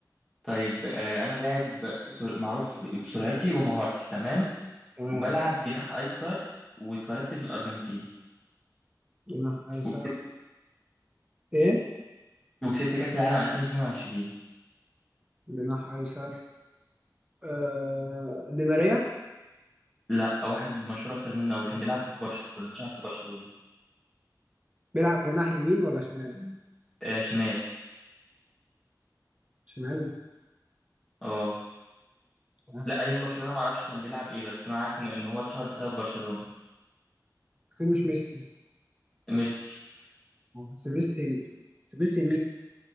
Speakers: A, on the left; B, on the right.
A: طيب آه، انا لاعب سر- معروف ب- بسرعتي ومهارتي تمام
B: تمام
A: وبلعب جناح ايسر واتولدت في الارجنتين
B: جناح أيسر
A: و-
B: إيه؟
A: وكسبت كاس العالم 2022
B: جناح أيسر آه، دي ماريا
A: لا واحد مشهور اكتر منه أوي كان بيلعب في برشلونة اتشهر في برشلونة
B: بيلعب جناح يمين ولا شمال؟
A: آه شمال
B: شمال
A: اه
B: جناح
A: لا
B: شمال
A: ايام برشلونة ما اعرفش كان بيلعب ايه بس انا عارف ان إن هو اتشهر بسبب برشلونة
B: أكيد مش ميسي
A: ميسي
B: بس ميسي بس ميسي